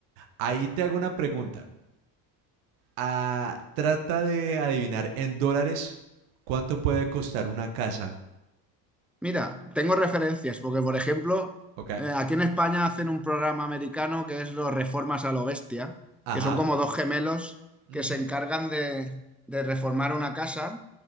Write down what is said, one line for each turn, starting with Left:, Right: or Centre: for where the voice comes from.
Right: Ahí te hago una pregunta. Ah, trata de adivinar en dólares cuánto puede costar una casa.
Centre: Mira, tengo referencias, porque por ejemplo,
Right: ¿Ok?
Centre: eh, aquí en España hacen un programa americano que es los Reformas a lo Bestia,
Right: Ajá.
Centre: que son como dos gemelos
Right: ujú.
Centre: que se encargan de, de reformar una casa